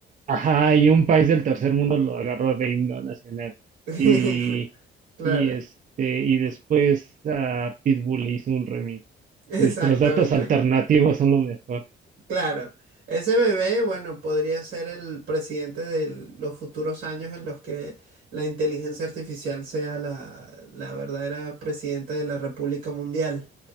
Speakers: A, on the right; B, on the right.
A: ajá, y un país del tercer mundo lo agarró de himno nacional.
B: <laughs>
A: Y,
B: Claro,
A: y este, y después ah, Pitbull le hizo un remix.
B: exactamente.
A: Nuestros datos alternativos son lo mejor.
B: Claro, ese bebé, bueno, podría ser el presidente de los futuros años en los que la inteligencia artificial sea la, la verdadera presidenta de la República Mundial,